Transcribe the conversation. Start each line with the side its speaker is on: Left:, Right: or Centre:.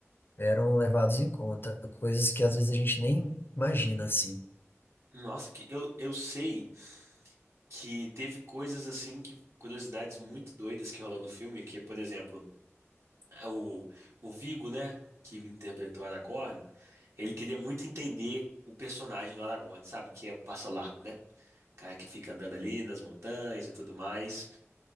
Left: eram levados em conta, coisas que às vezes a gente nem imagina assim.
Right: nossa, que eu, eu sei que teve coisas assim que curiosidades muito doidas que rolou no filme, que, por exemplo, é o, o Viggo, né, que interpretou Aragorn, ele queria muito entender o personagem do Aragorn, sabe, que é o Passa Largo, né? Cara que fica andando ali nas montanhas e tudo mais.